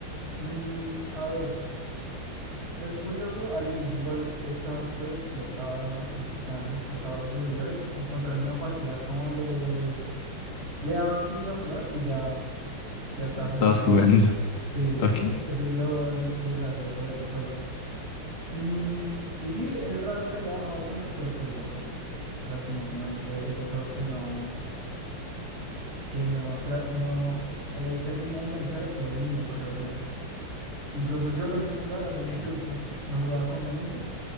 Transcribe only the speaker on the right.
Mm, a ver. Es curioso, al inicio igual estaba súper explotada, es- estaban re explotados los servidores. Encontrás una partida como a los... Le dabas clic a jugar y ya, ya estabas
en partida.
Sí,
e- eso es lo, lo, ch- lo gracioso de ese juego. Mm, y sí, es raro que haya bajado tanto, pero pues bajó. Lastimosamente es un juego que no, que no, tra- no eh, termina de enganchar a todo el mundo, creo yo. Incluso yo lo dejé jugar hace
tiempo. Lo jugaba con un amigo